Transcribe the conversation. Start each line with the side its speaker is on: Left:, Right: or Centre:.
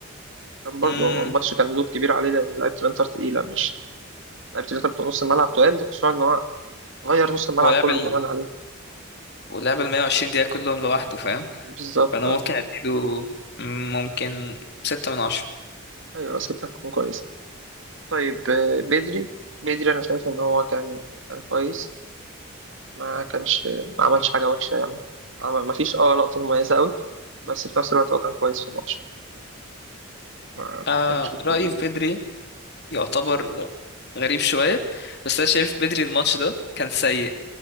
Right: كان برضه
Left: امم
Right: هو الماتش كان لود كبير عليه لأن لعيبة الإنتر تقيلة مش لعيبة الإنتر بتوع نص الملعب تقال خصوصا إن هو غير نص الملعب
Left: هو لعب
Right: كله
Left: ال...
Right: كمان عليه
Left: ولعب ال 120 دقيقة كلهم لوحده فاهم
Right: بالظبط
Left: فأنا
Right: آه.
Left: ممكن أديله مم، ممكن ستة من عشرة
Right: أيوة سيبتها تكون كويس طيب آه، بدري بدري أنا شايف إن هو كان كان كويس ما كانش ما عملش حاجة وحشة يعني عمل- ما فيش اه لقطة مميزة أوي بس في نفس الوقت هو كان كويس في الماتش ما
Left: آه
Right: ما كانش فيه
Left: رأيي في بدري يعتبر غريب شوية بس أنا شايف بدري الماتش ده كان سيء